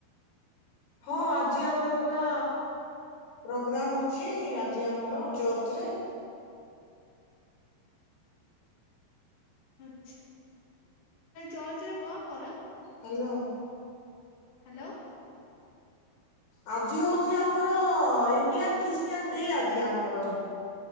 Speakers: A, on the left; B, on the left.
A: ହଁ ଆଜି ଆମର ପରା ପ୍ରୋଗ୍ରାମ ଅଛି ଆଜି ଆମର ଚର୍ଚ୍ଚରେ।
B: ଆଛା ଚର୍ଚରେ କଣ କର?
A: ହ୍ୟାଲୋ।
B: ହ୍ୟାଲୋ।
A: ଆଜି ହଉଛି ଆମର ଇଣ୍ଡିଆନ ଖ୍ରୀଷ୍ଟିଆନ ଡେ ଆଜି ଆମର।